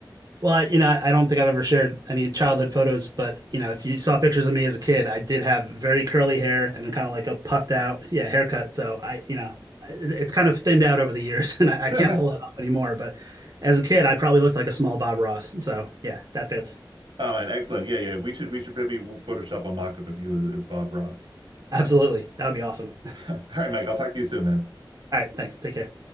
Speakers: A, on the right; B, on the right.
A: Well, you know, I I don't think I've ever shared any childhood photos, but you know, if you saw pictures of me as a kid, I did have very curly hair and kind of like a puffed out, yeah, haircut. So I, you know, it- it's kind of thinned out over the years, <laughs> and I, I
B: that.
A: can't pull that
B: <laughs>
A: off anymore. But as a kid, I probably looked like a small Bob Ross. So yeah, that fits.
B: Oh man, excellent. Yeah, yeah. We should we should maybe Photoshop a mock-up of you as, as Bob Ross.
A: Absolutely. That would be awesome.
B: <laughs> All right, Mike, I'll talk to you soon, man.
A: All right, thanks. Take care.